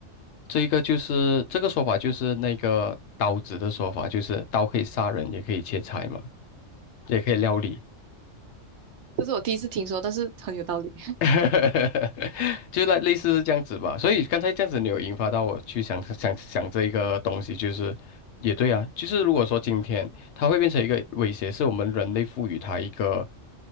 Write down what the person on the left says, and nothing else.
这一个就是这个说法，就是那个刀子的说法，就是刀可以杀人，也可以切菜嘛，也可以料理。
<laughs> 就那类似是这样子吧，所以刚才这样子你有引发到我去想想想这一个东西，就是也对啊，就是如果说今天它会变成一个威胁，是我们人类赋予它一个